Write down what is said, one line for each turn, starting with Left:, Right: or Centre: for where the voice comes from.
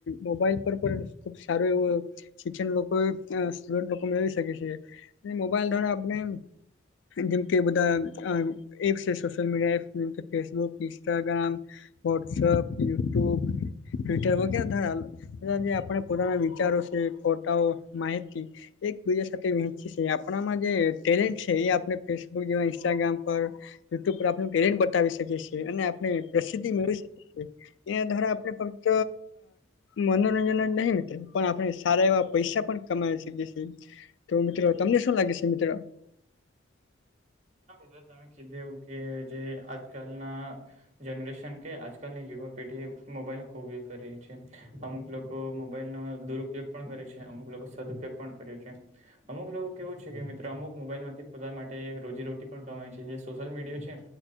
Left: મોબાઈલ પર પણ ખુબ સારું એવું શિક્ષણ લોકો સ્ટુડન્ટ લોકો મેળવી શકે છે. મોબાઈલ દ્વારા આપણે જેમ કે બધા એપ્સ છે. સોશયલ મીડિયા એપ્ જેમ કે Facebook Instagram WhatsApp YouTube Twitter વગેરે ધારા એના જે આપણે પોતાના વિચારો છે. ફોટાઓ માહિતી એકબીજા સાથે વહેંચી છે. આપણામાં જે ટેલેન્ટ છે. એ આપણે ફેસબુક જેવા ઇન્સ્ટાગ્રામ પર યુટ્યુબ પર આપનું ટેલેન્ટ બતાવી શકીએ છીએ અને આપણે પ્રસિદ્ધિ મેળવી શકીયે એના દ્વારા આપણે ફક્ત મનોરંજન જ નહીં મિત્ર પણ આપણે સારા એવા પૈસા પણ કમાય શકી છે. તો મિત્રો તમને શું લાગે છે મિત્ર?
Right: જે તમે કીધુ એવું કે જે આજકાલના જનરેશન કે આજકાલની યુવા પેઢીએ મોબાઈલ ખૂબ ગ કરી રહી છે અમુક લોકો મોબાઈલ નો દુરુપયોગ પણ કરે છે. અમુક લોકો સદઉપયોગ પણ કરે છે. અમુક લોકો કેવું છે કે મિત્ર અમુક મોબાઈલ માંથી પોતા માટે રોજી રટી પણ કમાય છે. જે સોશિયલ મીડિયા છે.